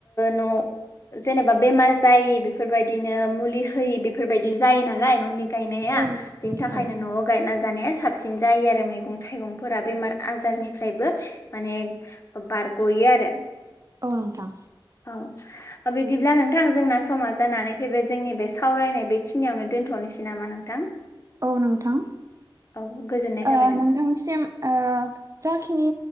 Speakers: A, on the left; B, on the right.
A: न' जेनेबा बेमार जायि बेफोर बायदिनो मुलि होयि बेफोर बायदि जायो नालाय न'नि गायनाया
B: औ नंगौ
A: बेनि
B: नोंथां
A: थाखायनो
B: औ
A: न'आव गायना जानाया स साबसिन जायो आरो मैगं थाइगंफोरा बेमार आजारनिफ्रायबो माने बारगयो आरो।
B: औ नोंथां।
A: ओ बिदिब्ला नोंथां जोंना समा जानानै फैबाय जोंनि बे सावरायनाय बेखिनियावनो दोनथ'नोसै नोसै नामा नोंथां
B: औ नोंथां।
A: औ गोजोननाय
B: ओ
A: थाबाय नों
B: नोंथांसिम ओ जाखिनि